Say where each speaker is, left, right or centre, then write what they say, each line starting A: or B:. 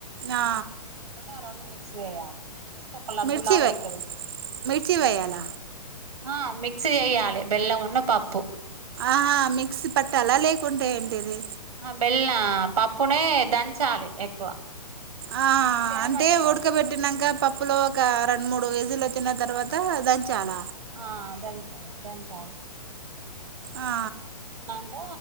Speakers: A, on the right; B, on the right.
A: ఆ
B: తురుముకొని ఆ రెండు మిక్స్ చేయాలి చేసి ఒక లడ్డు
A: మిర్చి
B: లాగా
A: వెయ్యి
B: అయితది
A: మిర్చి వేయ్యాల
B: ఆ మిక్స్ చేయ్యాలి బెల్లం అను పప్పు
A: ఆహా మిక్స్ పట్టాలా లేకుంటే ఏంటది
B: ఆ బెల్ల పప్పునే దంచాలి ఎక్కువ
A: ఆ
B: మిక్సీ అయినా
A: అంటే
B: పట్టుకోవచ్చు
A: ఉడకబెట్టినంక పప్పు ప్పులో ఒక రెండు మూడు విజీలు వచ్చిన తర్వాత దంచాల
B: ఆ దంచాలి దంచాలి
A: ఆ
B: దంచుకున్నంక